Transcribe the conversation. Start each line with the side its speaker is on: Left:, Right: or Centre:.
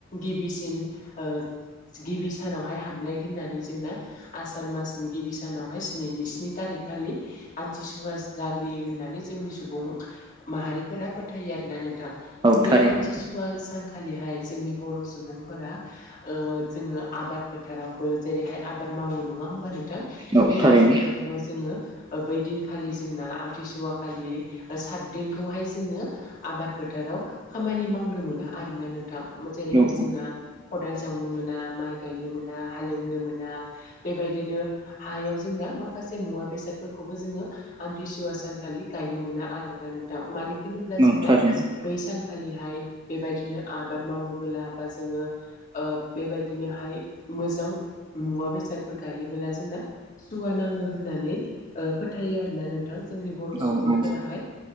Left: गिबिसिन ओ गिबि सानावहाय हाबनाय होननानै जोंना आसार मासनि गिबि सानावहाय स्नि स्नि तारिख खालि आमथिसुवा जाग्रोयो होननानै जोंनि सुबुं माहारिफोरा फोथायो आरोना नों थां।
Right: औ
Left: बे
Right: थारैनो
Left: आमथिसुवा सानखालिहाय जोंनि बर' सुबुंफोरा ओ जोङो आबाद फोथारावबो जेरैहाय आबाद मावो नङा होमबा नोंथां
Right: औ
Left: बे
Right: थारैनो
Left: आबाद फोथाराव जोङो बैदिनखालि जोंना आमथिसुवा खालि सातदिनखौहाय जोङो आबाद फोथाराव खामानि मावनो मोना आरोना नों जेरैहाय
Right: औ औ
Left: जोंना खदाल जावनो मोना माइ गायनो मोना हालेवनो मोन ना बेबायदिनो हायाव जोंना माखासे मुवा बेसादफोरखौबो जोङो आान्थिसुवा सानखालि गायनो मोना आरोना नोंथां मानो होनोब्ला जोंना
Right: औ थारैनो
Left: बै सानखालिहाय बेबायदिनो आबाद मावोबोला बा जोङो ओ बेबायदिनोहाय मोजां मुवा बेसादफोर गायोबोला जोंना सुवा नाङो होननानै ओ फोथायो आर ना नों थां जोंनि बर'
Right: औ
Left: सुबुंफोराहाय
Right: औ